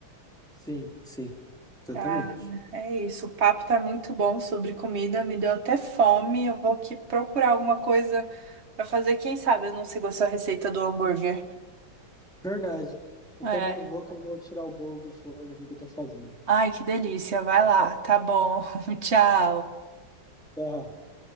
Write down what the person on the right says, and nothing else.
Ah, é isso. O papo tá muito bom sobre comida, me deu até fome. Eu vou aqui procurar alguma coisa pra fazer. Quem sabe eu não sei gostar da receita do hambúrguer.
É.
Ai, que delícia. Vai lá. Tá bom. <laughs> Tchau.